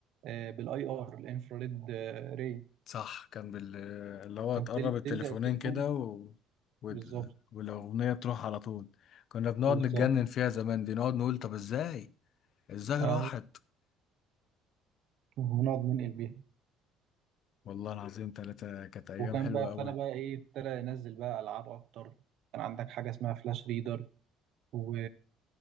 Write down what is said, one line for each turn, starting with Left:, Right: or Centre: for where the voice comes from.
Right: آه، بالاي ار الانفراريد آه، ري
Left: صح كان بال... اللي هو
Right: كان
Left: تقرب
Right: تل-
Left: التليفونين
Right: تلزق التليفون
Left: كده و... وال...
Right: بالظبط
Left: والأغنية تروح على طول كنا بنقعد
Right: بالظبط
Left: نتجنن فيها زمان دي نقعد نقول طب ازاي ازاي
Right: ايوه
Left: راحت
Right: ونقعد ننقل بيها
Left: والله العظيم ثلاثة كانت أيام
Right: وكان
Left: حلوة
Right: بقى ابتدى
Left: أوي
Right: بقى ايه ابتدى ينزل بقى العاب اكتر كان عندك حاجه اسمها فلاش ريدر و